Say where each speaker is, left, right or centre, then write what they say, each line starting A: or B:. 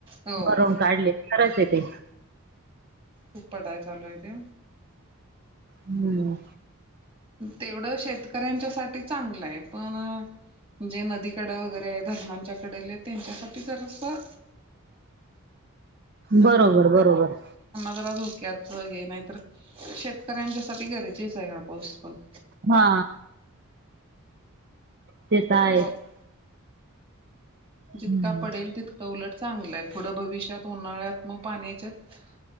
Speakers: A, on the right; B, on the right.
A: हो.
B: भरून काढले खरंच आहे ते.
A: खूप पडाय चालूय त्यो.
B: हम्म.
A: तेवढं शेतकऱ्यांच्या साठी चांगलंय. पण अ जे नदीकड वगैरे आहे धरणांच्या कडेले त्यांच्यासाठी जरासं
B: बरोबर बरोबर
A: जरा धोक्याच हे नाही तर शेतकऱ्यांच्यासाठी गरजेच हा पाऊस पण
B: हा ते तर आहेच
A: हो जितका
B: हम्म.
A: पडेल तितकं उलट चांगलंय पुढं भविष्यात उन्हाळ्यात मग पाण्याच्यात